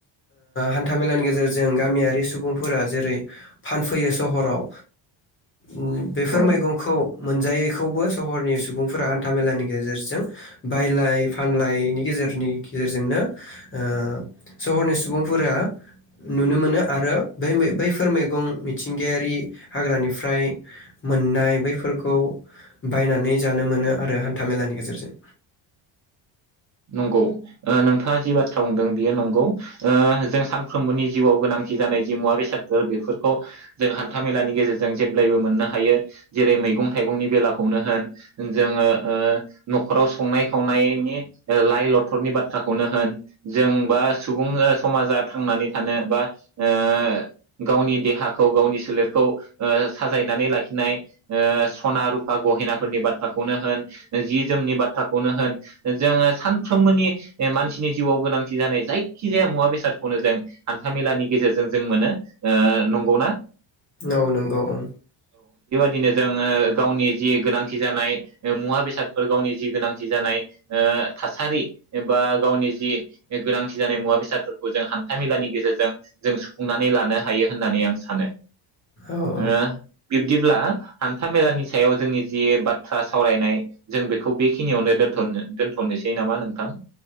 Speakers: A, on the left (about 25°); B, on the right (about 35°).
A: हान्थामेलानि गेजेरजों गामियारि सुबुंफोरा जेरै फानफैयो सहराव उम बेफोर
B: औ
A: मैगंखौ मोनजायो। खौबो सहरनि सुबुंफोरा हान्था मेलानि गेजेरजों बायलाय फानलायनि गेजेरनि गेजेरजोंनो ओ सहरनि सुबुंफोरा नुनो मोनो आरो बै-बैफोर मैगं मिथिंगायारि हाग्रानिफ्राय मोननाय बैफोरखौ बायनानै जानो मोनो आरो हान्थामेलानि गेजेरजों।
B: नंगौ नोंथाङा जि बाथ्रा बुंदों बियो नंगौ ओ जों सानफ्रोमबोनि जिउआव गोनांथि जानाय जि मुवा बेसादफोर बेफोरखौ जों हान्था मेलानि गेजेरजों जेब्लायबो मोननो हायो जेरै मैगं थाइगंनि बेलाखौनो होन जोङो ओ नखराव संनाय खावनायनि लाइ लथरनि बाथ्राखौनो होन जों बा सुबुं समाजा थांनानै थानो बा ओ गावनि देहाखौ गावनि सोलेरखौ ओ साजायनानै लाखिनाय ओ सना रुपा गहेनाफोरनि बाथ्राखौनो होन जि जोमनि बाथ्रा खौनो होन जोङो सानफ्रोमबोनि मानसिनि जिउआव गोनांथि जानाय जायखिजाया मुवा बेसादखौनो जों हान्था मेलानि गेजेरजों जों मोनो। ओ नंगौना?
A: औ नंगौ औ
B: निनो जोङो गावनि जि गोनांथि जानाय मुवा बेसादफोर गावनि जि गोनांथि जानाय ओ थासारि बा गावनि जि गोनांथि जानाय मुवा बेसादफोरखौ जों हान्था मेलानि गेजेरजों जों सुफुंनानै लानो हायो होननानै आं सानो।
A: औ औ
B: ओ बिब्दिब्ला हान्था मेलानि सायाव जोंनि जि बाथ्रा सावरायनाय जों बेखौ बेखि खिनियावनो दनथ दोनथनोसै नामा नोंथां?